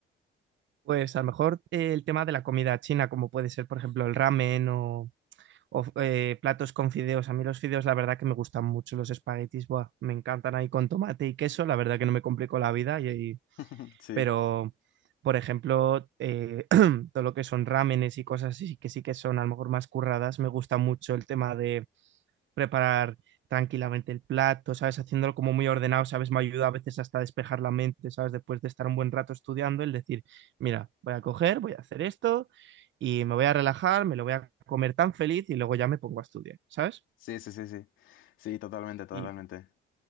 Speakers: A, on the right; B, on the left.
A: Pues a lo mejor eh, el tema de la comida china, como puede ser, por ejemplo, el ramen o, o, eh, platos con fideos. A mí los fideos, la verdad que me gustan mucho los espaguetis, buah, me encantan ahí con tomate y queso, la verdad que no me complico la vida, y, y-
B: <laughs> Sí,
A: pero, por ejemplo, eh, <clears throat> todo lo que son ramenes y cosas así, que sí que son a lo mejor más curradas, me gusta mucho el tema de preparar tranquilamente el plato, ¿sabes? Haciéndolo como muy ordenado, ¿sabes? Me ayuda a veces hasta a despejar la mente, ¿sabes? Después de estar un buen rato estudiando, el decir, mira, voy a coger, voy a hacer esto y me voy a relajar, me lo voy a comer tan feliz y luego ya me pongo a estudiar, ¿sabes?
B: sí, sí, sí, sí. Sí, totalmente, totalmente.
A: Y,